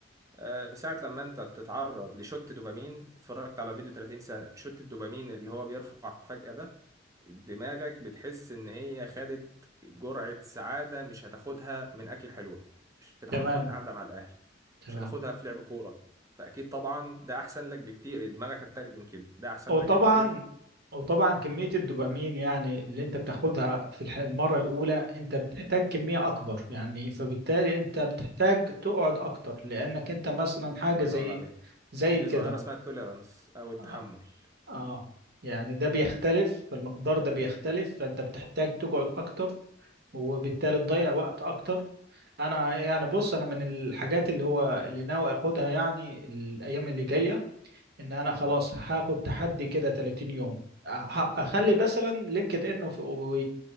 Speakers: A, on the right; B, on the right.
A: آه ساعه لما انت بتتعرض لشوت دوبامين اتفرجت على فيديو 30 سنه شوت الدوبامين اللي هو بيرفع فجاه ده دماغك بتحس ان هي خدت جرعه سعاده مش هتاخدها من اكل حلوه مش هتاخدها
B: تمام
A: من قعده مع الاهل
B: تمام
A: مش هتاخدها في لعب كوره فاكيد طبعا ده احسن لك بكتير دماغك هتترجم كده ده احسن
B: وطبعا
A: لك بكتير
B: وطبعا كمية الدوبامين يعني اللي انت بتاخدها في الح- المرة الأولى انت بتحتاج كمية أكبر يعني فبالتالي انت بتحتاج تقعد أكتر لأنك انت مثلا حاجة
A: الله
B: زي
A: ينور
B: إيه؟
A: عليك
B: زي
A: دي
B: كده
A: ظاهره اسمها التوليرانس او التحمل
B: اه آه. يعني ده بيختلف المقدار ده بيختلف فانت بتحتاج تقعد أكتر وبالتالي تضيع وقت أكتر أنا يعني بص أنا من الحاجات اللي هو اللي ناوي أخدها يعني الأيام اللي جاية ان انا خلاص هاخد تحدي كده 30 يوم أه، ه- اخلي مثلا لينكد ان وف- و-